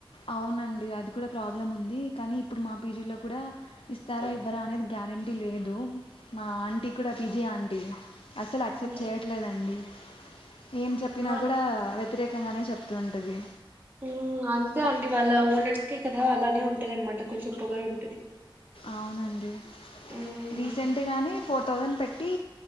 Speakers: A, on the left (about 85°); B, on the right (about 20°).
A: అవునండి అది కూడా ప్రాబ్లం ఉంది కానీ ఇప్పుడు మా పీ జీ లో కూడా ఇస్తారా ఇవ్వరా అనేది గ్యారెంటీ లేదు మా ఆంటీ కూడా పీ జీ ఆంటీ అసలు ఆక్సెప్ట్
B: ఉమ్.
A: చేయట్లేదండి ఏం చెప్పినా
B: ఆ
A: కూడా వె వ్యతిరేకంగానే చెప్తూ ఉంటది.
B: ఆ అంతే అండి వాళ్ళ ఓనర్స్కే కదా అలానే ఉంటదన్నమాట కొంచెం పొగరుంటది.
A: అవునండి
B: మ్మ్
A: రీసెంట్ గాని పో థౌసండ్ పెట్టి